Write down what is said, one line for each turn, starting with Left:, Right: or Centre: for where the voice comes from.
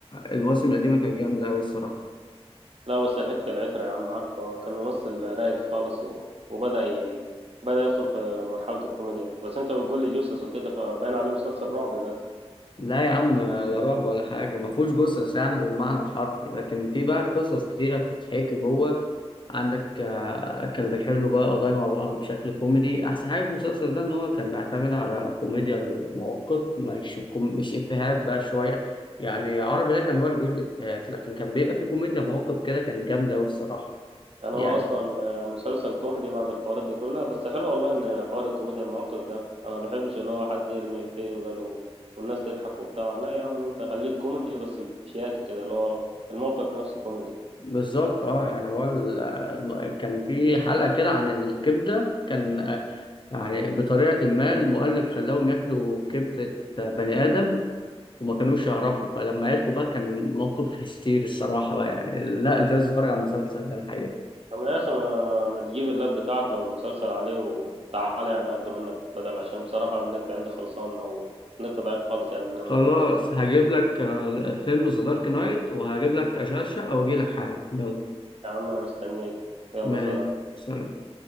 Left: المواسم القديمة كانت جامدة أوي الصراحة
Right: لا بس لحقت العترة يا عم عارفه كان ممثل رايق خالص و... وبدأ ي... بدأ يدخل في مرحلة الكوميديا بس انت بتقول لي جثث وكده فباين عليه مسلسل رعب ده
Left: لا يا عم لا رعب ولا حاجة ما فيهوش قصص يعني بالمعنى الحرفي لكن في بقى قصص كتيرة بتتحكي جوه عندك آه، كانوا بيحلوا بقى قضايا مع بعض بشكل كوميدي أحسن حاجة في المسلسل ده إن هو كان بيعتمد على كوميديا المواقف مش كوم... مش إفيهات بقى شوية يعني عربي ده كان هو اللي بيقول الإفيهات لكن كان بيبقى فيه كوميديا مواقف كده كانت جامدة أوي الصراحة
Right: يعني
Left: يعني
Right: هو اصلا آه، مسلسل كوميدي بعد الحوارات دي كلها بس حلو والله ان حوار الكوميديا المواقف ده انا بحبش اللي هو حد يرمي افيه وقاله والناس تضحك وبتاع لا يا عم انت خليك كوميدي بس بشياكة كده اللي هو الموقف نفسه كوميدي
Left: بالظبط اه يعني هو ال- كان في حلقة كده عن الكبدة كان آه، يعني بطريقة ما المؤلف خلاهم ياكلوا كبدة بني آدم وما كانوش يعرفوا فلما عرفوا بقى كان موقف هستيري الصراحة بقى يعني لا انت لازم تتفرج على المسلسل ده الحقيقة
Right: طب يا اخي ما, ما تجيب اللاب بتاعك لو المسلسل عليه وتعالى يعني اخده منك بدل عشان بصراحة النت عندي خلصان او النت ضعيف خالص يعني ان
Left: خلاص
Right: انا انزل مسلسل
Left: هجيب لك آه، فيلم ذا دارك نايت وهجيب لك أشغال شقة وأجي لك حالا يلا
Right: يا عم انا مستنيك يلا
Left: ما
Right: سلام
Left: سلام